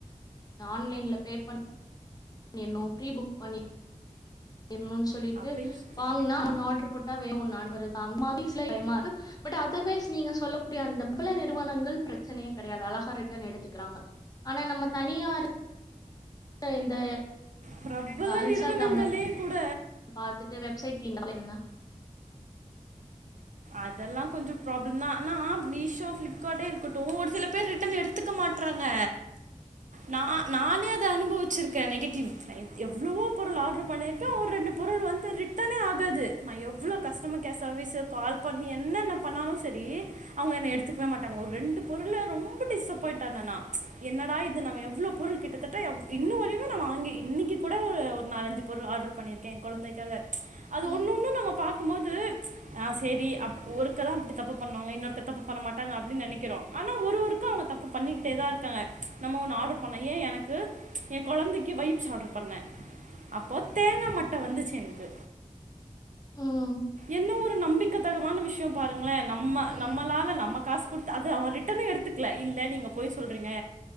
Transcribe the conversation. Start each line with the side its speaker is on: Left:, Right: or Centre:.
Left: ஆன்லைன்ல பே பண் ணிர்னு ப்ரீ புக் பண்ணி இன்னோன்னு சொல்லிட்டு
Right: அப்படின்னு சொல்லி
Left: வாங்குனா ஒன்னு ஆட்ரு போட்டா வேர ஒன்னு <inaudible> வருது அத மாரி சில டைம்மாக்கு பட் அதர்வைஸ் நீங்க சொல்லக்கூடிய அந்த பிரபல நிறுவனங்கள் ப்ரச்சனையே கடையாது அழகா ரிட்டர்ன் எடுத்துக்குறாங்க ஆனா நம்ம தனியா <inaudible> இந்த
Right: ப்ரப்பல
Left: இன்ஸ்டாகிராம்ல
Right: நிறுவனங்கலே கூட
Left: பாத்துட்டு வெப்சைட் லிங்க் அப்ளே பண்ணுங்க
Right: அதெலா கொஞ்சோ ப்ராப்ளம் தா ஆனா மீஷோ பிளிப்கார்டே இருக்க ட்டு ஒரு சில பேர் ரிட்டன் எடுத்துக்க மாட்றாங்க நா நானே அத அனுபவிச்சிருக்கே நெகட்டிவ் எவ்ளவோ பொருள் ஆர்டர் பண்ணிருக்கே ஒரு ரெண்டு பொருள் வந்து ரிட்டனே ஆகாது நா எவ்ளோ கஸ்டம கேர் சர்வீசு கால் பண்ணி என்னென்ன பண்ணாலு செரி அவுங்க என்ன எடுத்துக்கவே மாட்டாங்க ஓர் ரெண்டு பொருள ரொம்ப டிஸபாயிண்டா ஆனா நா என்னட இது நம்ம எவ்ளோ பொருள் கிட்டத் தட்ட எவ் இன்ன வரயுமே நா வாங்கி இன்னக்கி கூட ஒரு ஒரு நாலஞ்சு பொருள் ஆர்டர் பண்ணியிருக்கே எ கொழந்தைக்காக அது
Left: ம்
Right: ஒண்ணு ஒண்ணு நம்ம பாக்குமோது ஆ செரி அப் ஒருக்க தா அப்டி தப்பு பண்ணுவாங்க இன்னொருக்கா தப்பு பண்ண மாடாங்க அப்டின் நெனைக்கிறோ ஆனா ஒரு ஒருக்கா அவுங்க தப்பு பண்ணிக்கிடே தா இருக்காங்க நம்ம ஒன்னு ஆடர் பண்னோ ஏ எனக்கு எ கொழந்தைக்கு வைப்ஸ் ஆடர் பண்ண அப்போ தேங்கா மட்ட வந்துச்சு எனக்கு
Left: ம்
Right: என்ன ஒரு நம்பிக்க தகமான விஷ்யோ பாருங்களே நம்ம
Left: ம்
Right: நம்மளால நம்ம காசு குடுத்து அது அவ ரிட்டனே எடுத்துக்கல இல்ல நீங்க பொய் சொல்றீங்க